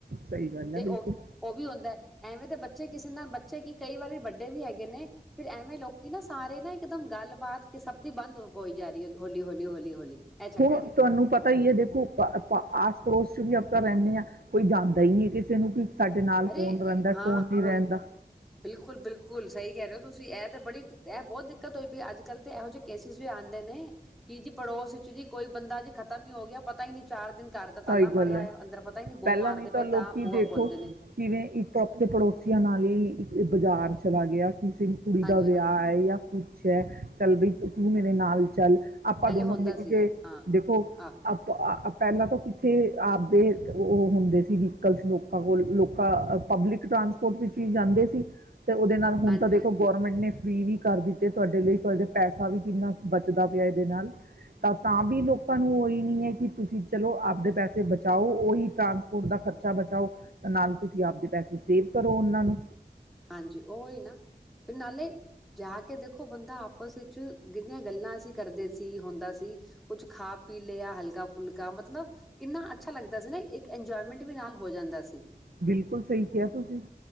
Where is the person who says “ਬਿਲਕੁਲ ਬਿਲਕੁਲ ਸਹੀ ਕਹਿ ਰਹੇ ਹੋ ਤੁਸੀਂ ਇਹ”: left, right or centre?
Centre